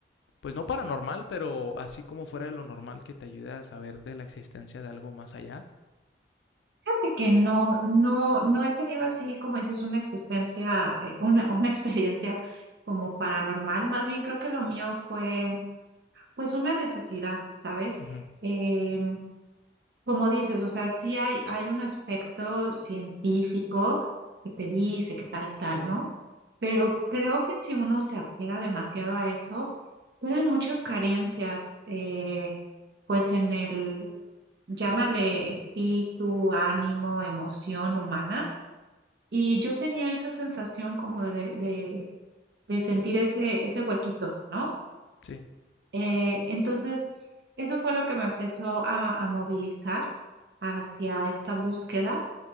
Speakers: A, on the left; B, on the right.
A: pues no paranormal, pero así como fuera de lo normal que te ayude a saber de la existencia de algo más allá.
B: fíjate que no, no, no he tenido así, como dices, una existencia, eh, una, <laughs> una experiencia como paranormal. Más bien creo que lo mío fue, pues, una necesidad, ¿sabes?
A: Ujú.
B: Em, Como dices, o sea, sí hay, hay un aspecto científico que te dice que tal y tal, ¿no? Pero creo que si uno se apega demasiado a eso, quedan muchas carencias, eh, pues en el, llámale espíritu, ánimo, emoción humana. Y yo tenía esa sensación como de, de, de sentir ese, ese huequito, ¿no?
A: Sí,
B: Eh, entonces, eso fue lo que me empezó a a movilizar hacia esta búsqueda.